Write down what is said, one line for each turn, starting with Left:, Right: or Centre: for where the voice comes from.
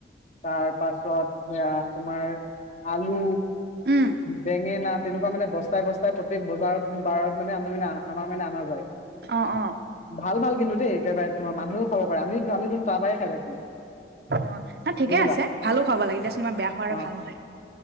Left: তাৰ পাছত সেয়া তোমাৰ আলু
Right: উম
Left: বেঙেনা তেনেকুৱা মানে বস্তাই বস্তাইপ্ৰত্যেক বজাৰত বাৰত মানে আমি মানে আমাৰ অনা যায়।
Right: অ-অ।
Left: ভাল ভাল কিন্তু দেই একেবাৰে তোমাৰ মানুহও খাব পাৰে, আমি আমিতো তাৰ পৰাই খাই থাকো
Right: অ, নাই ঠিকেই
Left: বুজিলা
Right: আছে। ভালো খুৱাব লাগে দিয়াচোনমা বেয়া খোৱা আৰু
Left: অ
Right: ভাল নহয়তটো।